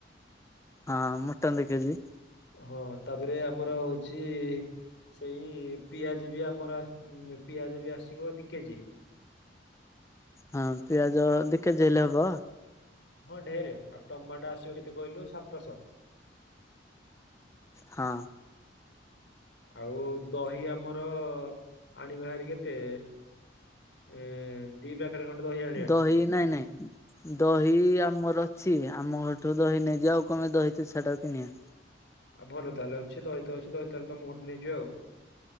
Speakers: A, on the left; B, on the left.
A: ହଁ ମଟନ ଦି କେଜି।
B: ହଁ ତା ଧିଅରେ ଆମର ହଉଚି ସେଇ ପିଆଜ ବି ଆମର ପିଆଜ ବି ଆସିବ ଦି କେଜି।
A: ହଁ ପିଆଜ ଦି କେଜି ହେଲେ ହବ।
B: ହଁ ଢେର ଆଉ ଟମାଟୋ ଆସିବ କେତେ କହିଲୁ ସାତଶହ।
A: ହଁ।
B: ଆଉ ଦହି ଆମର ଆଣିବା ହେରି କେତେ? ଏଁ ଦି ପ୍ୟାକେଟେ ଖଣ୍ଡେ ଦହି ଆ
A: ଦହି ନାଇଁ ନାଇଁ ଦହି ଆମର ଅଛି ଆମ ଘରଠୁ ଦହି ନେଇଯିବା ଆଉ କଁ ପାଇଁ ଦହି ତୁଛାଟାକୁ କିଣିବା।
B: ଆଉ ଭଲ ତାହେଲେ ଅଛି ଦହିତ ଅଛି ଦହି ତାହେଲେ ତମ ଘରଠୁ ନେଇଯିବା ଆଉ।